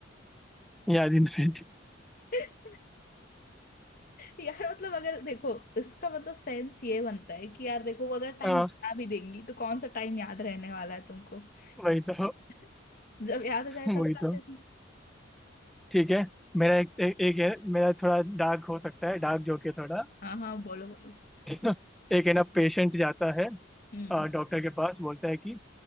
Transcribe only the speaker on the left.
<laughs> यार मतलब अगर देखो इसका मतलब सेंस ये बनता है कि यार देखो वो अगर टाइम
बता भी देंगी तो कौन सा टाइम याद रहने वाला है तुमको
<laughs> जब याद आ जाए
तब खा
लेना
हाँ हाँ बोलो बोलो
हम्म